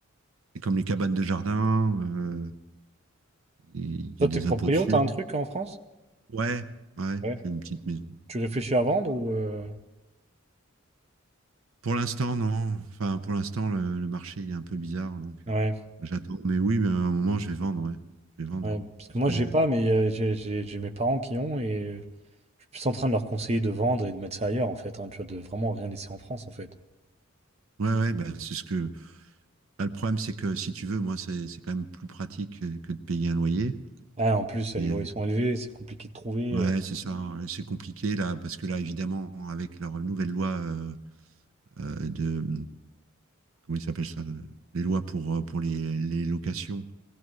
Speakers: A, on the right; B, on the right.
A: c'est comme les cabanes de jardin, euh, il
B: Toi,
A: y a
B: t'es
A: des
B: proprio,
A: impôts dessus.
B: t'as un truc en France?
A: Ouais, ouais,
B: Ouais.
A: j'ai une petite maison.
B: Tu réfléchis
A: Voilà,
B: à vendre
A: c'est pas-
B: ou. euh,
A: Pour l'instant, non. Enfin, pour l'instant, le, le marché il est un peu bizarre, donc
B: Ouais,
A: euh, j'attends. Mais oui, mais à un moment, je vais vendre, ouais. Je vais vendre.
B: ouais, parce
A: Parce
B: que moi
A: que
B: j'ai pas, mais euh, j'ai j'ai- j'ai mes parents qui ont et euh, je suis plus en train de leur conseiller de vendre et de mettre ça ailleurs en fait, hein, tu vois, de vraiment rien laisser en France en fait.
A: Ouais, ouais, bah, c'est ce que. bah, le problème, c'est que si tu veux, moi, c'est c'est quand même plus pratique que que de payer un loyer.
B: Ouais, en plus les
A: Mais
B: loyers
A: euh,
B: sont élevés, c'est compliqué de trouver.
A: ouais,
B: euh,
A: c'est ça. euh, C'est compliqué là, parce que là, évidemment, avec leur nouvelle loi euh, euh, de comment il s'appelle ça, le- les lois pour euh, pour les, les locations,